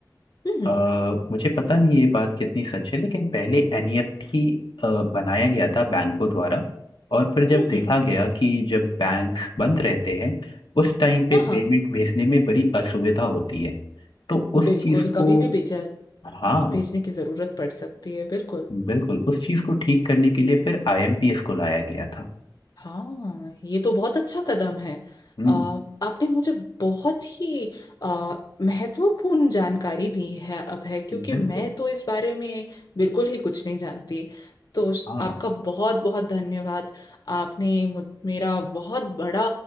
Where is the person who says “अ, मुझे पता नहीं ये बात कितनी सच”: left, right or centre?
Left